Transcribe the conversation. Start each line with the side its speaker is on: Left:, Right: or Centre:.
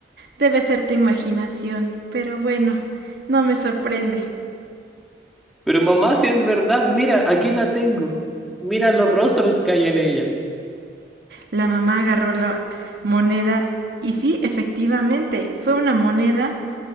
Right: Debe ser tu imaginación. Pero bueno, no me sorprende.
Centre: Pero mamá, si es verdad, mira, aquí la tengo. Mira los rostros que hay en ella.
Right: La mamá agarró la moneda y sí, efectivamente, fue una moneda